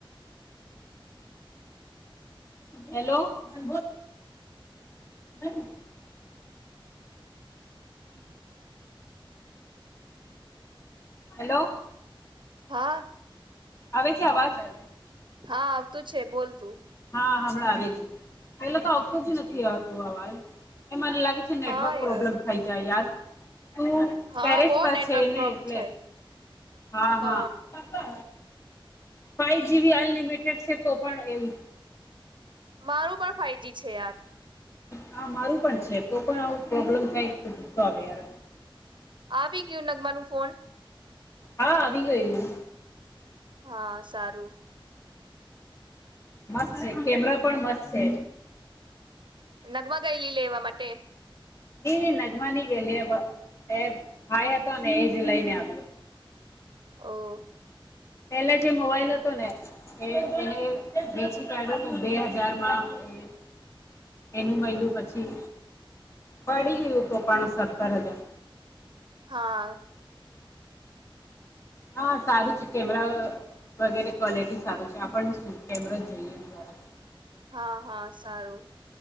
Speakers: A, on the left (about 30°); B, on the right (about 60°).
A: ન <inaudible> હલો. હમ <inaudible>
B: <unintelligible> <inaudible>
A: હેલો
B: હા.
A: હવે છે, અવાજ હ
B: હા આવતું છે, બોલતું
A: હા હમણાં પેલા તો આવતો જ નથી, આવતો અવાજ એ મને લાગે. નેટવર્ક
B: હા
A: પ્રોબ્લેમ
B: યાર
A: થઈ જાય યાર. હું ટેરેસ
B: હા બહુ
A: પર
B: નેટવર્ક
A: છે, ને
B: પ્રોબ્લેમ
A: એટલે
B: છે
A: હા,
B: હ
A: હા. ફાઈવ જીબી અનલિમિટેડ છે, તો પણ એવું.
B: મારું પણ ફાઈવજી છે, યાર
A: હા મારું પણ છે, કો પણ આવું પ્રોબ્લેમ થાય તો ગુસ્સો આવે યાર.
B: આવી કયું નગમાનું ફોન
A: હા આવી ગયું.
B: હા સારું.
A: મસ્ત છે, કેમરા પણ મસ્ત છે.
B: નગમા ગઈલી લે એવા માટે
A: નઈ નઈ નગમાની ગેલી એ ભાઈ હતો ને એ જ લઈને આવ્યો.
B: હા <inaudible>
A: પેલા જે મોબાઈલ હતો ને એ એને વેચી કાઢ્યું તું બે હજારમાં
B: <unintelligible>
A: એ
B: <inaudible>
A: એનું મહિલું પછી પડી ગયું, તો પણ સત્તર હજાર
B: હા <inaudible>
A: હા સારું છે, કેમરા વગેરે ક્વોલિટી સારું છે, આપણને શું કેમરો જોઈએ બરાબર
B: હા હા સારું